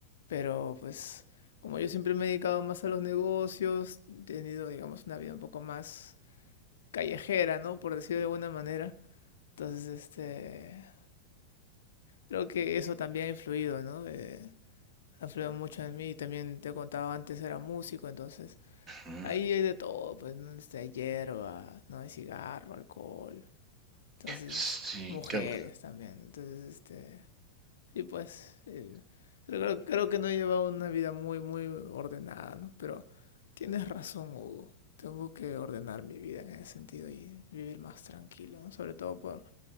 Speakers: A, on the left (about 60°); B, on the right (about 20°).
A: Pero, pues, como yo siempre me he dedicado más a los negocios, he tenido, digamos, una vida un poco más callejera, ¿no? Por decirlo de alguna manera. Entonces, este, creo que eso también ha influido, ¿no? Eh, ha influido mucho en mí. También te contaba antes era músico, entonces
B: mm,
A: ahí hay de todo, pues, ¿no? Desde hierba, ¿no? Hay cigarro, alcohol, entonces
B: Sí,
A: mujeres
B: claro.
A: también, entonces este... Y pues, eh, creo, creo- creo que no he llevado una vida muy, muy ordenada, ¿no? Pero tienes razón, Hugo. Tengo que ordenar mi vida en ese sentido y vivir más tranquilo, ¿no? Sobre todo por,